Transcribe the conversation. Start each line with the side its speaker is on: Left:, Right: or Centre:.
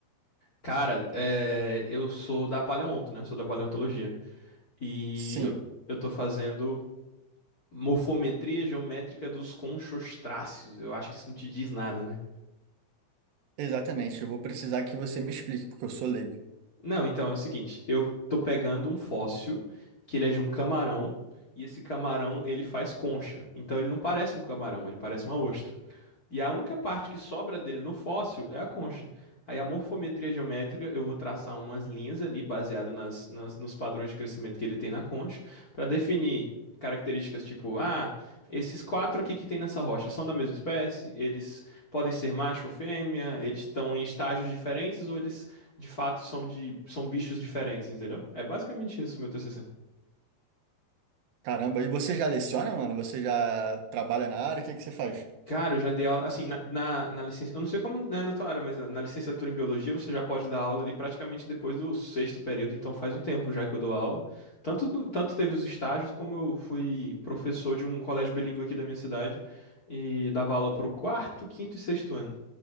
Left: Cara, é, eu sou da paleonto, né? Sou da paleontologia. E
Right: Sim,
Left: eu, eu tô fazendo morfometria geométrica dos conchostráceos. Eu acho que isso não te diz nada, né?
Right: exatamente. Eu vou precisar que você me explique, porque eu sou leigo.
Left: Não, então é o seguinte, eu tô pegando um fóssil que ele é de um camarão e esse camarão ele faz concha. Então ele não parece um camarão, ele parece uma ostra. E a única parte que sobra dele no fóssil é a concha. Aí a morfometria geométrica, eu vou traçar umas linhas ali, baseado nas, nas- nos padrões de crescimento que ele tem na concha, para definir características tipo, ah, esses quatro aqui que tem nessa rocha são da mesma espécie, eles podem ser macho ou fêmea, eles estão em estágios diferentes ou eles de fato são de são bichos diferentes, entendeu? É basicamente isso, meu TCC.
Right: Caramba, e você já leciona, mano? Você já trabalha na área? O que que você faz?
Left: Cara, eu já dei aula, assim, na, na, na licença, eu não sei como né, na tua área, mas na, na licenciatura em biologia você já pode dar aula ali praticamente depois do sexto período, então faz um tempo já que eu dou aula. Tanto, do- tanto teve os estágios, como eu fui professor de um colégio bilíngue aqui da minha cidade e dava aula pro quarto, quinto e sexto ano